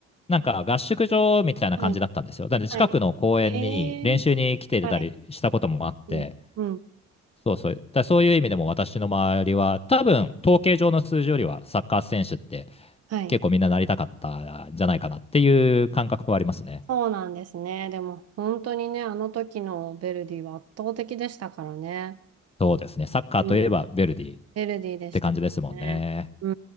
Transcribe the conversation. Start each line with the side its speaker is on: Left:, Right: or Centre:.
Left: なんか合宿場みたいな感じだったんですよ。
Right: はい。
Left: だので近くの公園に練習に来てたりしたこともあって、
Right: はい。えー。はい。うん。うん。
Left: そうそう、だからそういう意味でも私の周りは、多分統計上の数字よりはサッカー選手って
Right: はい。
Left: 結構みんななりたかったんじゃないかなっていう感覚はありますね。
Right: そうなんですね。でも本当にね、あの時のヴェルディは圧倒的でしたからね。
Left: そうですね、サッカーといえばヴェルディっ
Right: うん。ヴェルディでしたよね。
Left: て感じですもんね。
Right: う